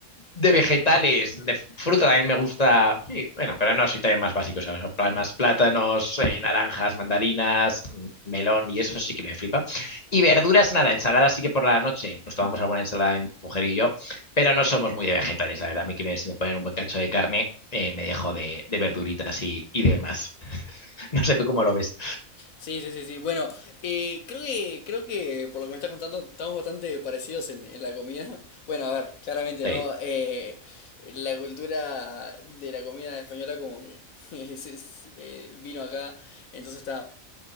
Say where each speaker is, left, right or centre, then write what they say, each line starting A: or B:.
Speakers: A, on the left (about 30°); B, on the left (about 80°).
A: de vegetales, de fruta también me gusta. Sí, bueno, pero no, soy también más básico. O sea, pl- más plátanos, eh, naranjas, mandarinas, mm, melón y eso sí que me flipa. Y verduras, nada, ensaladas sí que por la noche nos tomamos alguna ensalada mi mujer y yo, pero no somos muy de vegetales, la verdad. A mí que me, si me ponen un buen cacho de carne, eh, me dejo de, de verduritas y, y demás. <laughs> No sé tú cómo lo ves.
B: Sí, sí, sí, sí. Bueno, eh, creo que, creo que por lo que me estás contando, estamos bastante parecidos en, en la comida. Bueno, a ver, claramente,
A: Sí,
B: ¿no? Eh, la cultura de la comida española como que <laughs> es- es, eh, vino acá, entonces está,